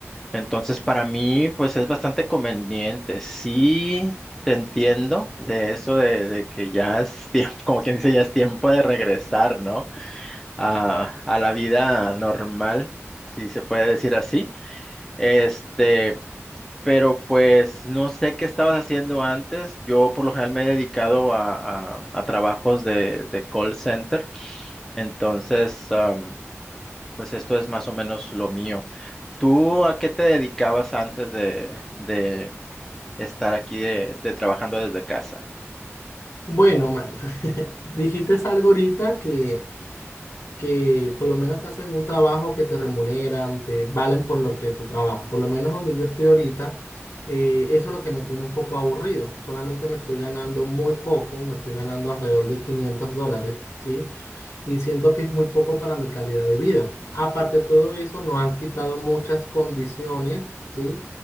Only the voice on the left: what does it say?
Bueno, Mario, <laughs> dijiste algo ahorita que que por lo menos te hacen un trabajo que te remuneran, te valen por lo que tu trabajo. Por lo menos donde yo estoy ahorita, eh, eso es lo que me tiene un poco aburrido. Solamente me estoy ganando muy poco, me estoy ganando alrededor de 500 dólares, ¿sí? y siento que es muy poco para mi calidad de vida. Aparte de todo eso, nos han quitado muchas condiciones, ¿sí?